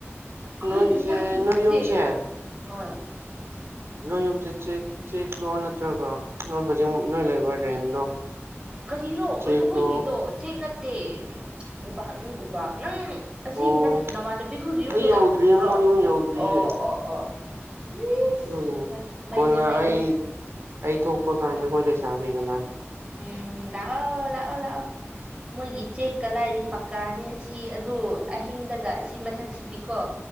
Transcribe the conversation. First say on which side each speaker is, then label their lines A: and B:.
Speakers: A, on the right; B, on the right.
A: ꯑꯩꯈꯣꯏꯅꯤꯗꯤ
B: ꯅꯣꯏꯒꯤꯁꯦ
A: ꯌꯥꯝ ꯅꯨꯡꯉꯥꯏꯇꯦ
B: ꯅꯣꯏ ꯌꯨꯝꯁꯦ
A: ꯍꯣꯏ
B: ꯅꯣꯏ ꯌꯨꯝ ꯖꯦ ꯆꯦꯛ ꯆꯦꯛꯂꯣ ꯅꯠꯇ꯭ꯔꯒ ꯅꯣꯏ ꯍꯧꯖꯤꯛ ꯅꯣꯏ ꯂꯩꯕꯥ ꯔꯦꯟꯗꯣ
A: ꯀꯔꯤꯔꯣ
B: ꯆꯦꯛꯂꯣ
A: ꯀꯩꯅꯣꯈꯣꯏꯒꯤꯗꯣ ꯆꯦꯛ ꯅꯠꯇꯦ ꯎꯕꯥꯛꯅꯤ ꯎꯕꯥꯛ ꯅꯪ ꯑꯁꯤ
B: ꯑꯣ
A: ꯅꯟ ꯅꯃꯥꯟꯅꯕꯤꯈꯣꯢꯒꯤ ꯌꯨꯝꯗꯣ
B: ꯑꯩ ꯌꯧꯗ꯭ꯔꯤꯌꯦ
A: ꯂꯥꯛꯇ꯭ꯔꯤꯕ꯭ꯔꯣ
B: ꯃꯣꯏ ꯌꯨꯝ ꯌꯧꯗ꯭ꯔꯤꯌꯦ
A: ꯑꯣ ꯑꯣ ꯑꯣ ꯏꯁ
B: ꯗꯨꯒꯤꯅꯤ
A: ꯃꯩꯅꯦ
B: ꯀꯣꯟꯅ
A: ꯃꯩꯅꯦ
B: ꯑꯩ ꯑꯩ ꯊꯣꯛꯄ ꯀꯥꯟꯗ ꯈꯣꯏ ꯂꯩꯁꯥꯕꯤꯒ ꯂꯥꯛ
A: ꯎꯝ ꯂꯥꯑꯣ ꯂꯥꯑꯣ ꯂꯥꯑꯣ ꯃꯣꯏ ꯒꯤꯆꯦꯛ ꯀꯂꯥꯏ ꯄꯀꯥꯅꯦ ꯁꯤ ꯑꯗꯨ ꯑꯍꯤꯡꯗꯒ ꯑꯁꯤ ꯃꯊꯛꯁꯤꯗꯤꯀꯣ